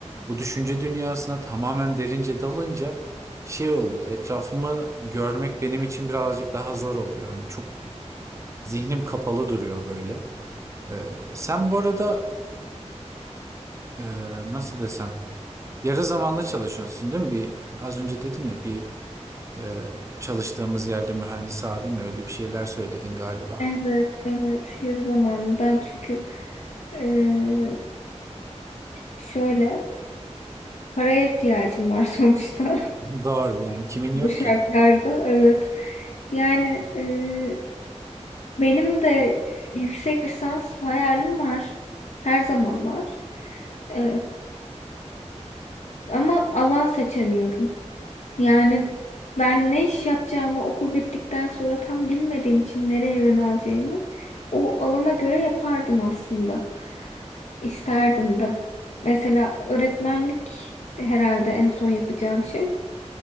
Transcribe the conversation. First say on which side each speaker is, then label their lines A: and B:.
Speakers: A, on the right; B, on the left.
A: bu düşünce dünyasına tamamen derince dalınca şey oluyor. Etrafımı görmek benim için birazcık daha zor oluyor. Hani çok Zihnim kapalı duruyor böyle. Ee, sen bu arada e, nasıl desem yarı zamanlı çalışıyorsun değil mi? Bir az önce dedin ya bir e, çalıştığımız yerde mühendis abi mi? öyle bir şeyler söyledin galiba.
B: Evet, evet. Yarı zamanlı. Ben çünkü e, şöyle paraya ihtiyacım var <laughs> sonuçta.
A: Doğru yani kimin
B: bu
A: yok
B: şartlarda
A: ki?
B: evet. Yani e, benim de yüksek lisans hayalim var. Her zaman var. E, ama alan seçemiyorum.
A: Hmm.
B: Yani ben ne iş yapacağımı okul bittikten sonra tam bilmediğim için nereye yöneleceğimi o alana göre yapardım aslında. İsterdim de. Mesela öğretmenlik herhalde en son yapacağım şey,